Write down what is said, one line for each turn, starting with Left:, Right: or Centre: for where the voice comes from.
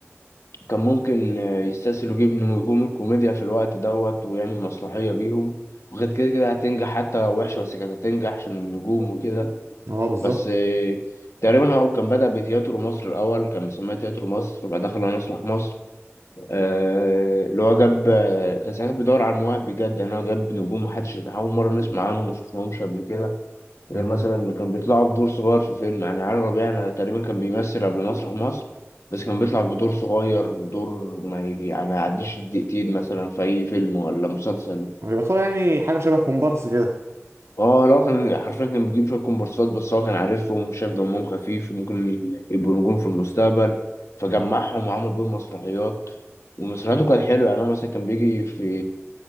Left: كان ممكن آه، يستسهل يجيب نجوم الكوميديا في الوقت دوت ويعمل مسرحية بيهم وغير كده كده هتنجح حتى لو وحشة بس كانت هتنجح عشان النجوم وكده
Right: اه بالظبط
Left: بس آه، تقريبا هو كان بدأ بتياترو مصر الأول كان مسميه تياترو مصر وبعد دخل على مسرح مصر آه، اللي هو جاب آه، كان ساعتها بيدور على المواهب بجد يعني هو جاب نجوم محدش أول مرة نسمع عنهم ما شفناهمش قبل كده
Right: مم.
Left: غير مثلا إنه كان بيطلعوا في دور صغير في فيلم يعني علي ربيع أنا تقريبا كان بيمثل قبل مسرح مصر بس كان بيطلع بدور صغير دور ما, يجي... ما يعديش الدقيقتين مثلا في أي فيلم ولا مسلسل
Right: ويبقى طالع يعني حاجة شبه كومبارس كده
Left: اه لا كان حرفيا كان بيجيب شوية كومبارسات بس هو كان عارفهم وشاف دمهم خفيف وممكن ي- يبقوا نجوم في المستقبل فجمعهم وعمل بيهم مسرحيات ومسرحياته كانت حلوة يعني هو مثلا كان بيجي في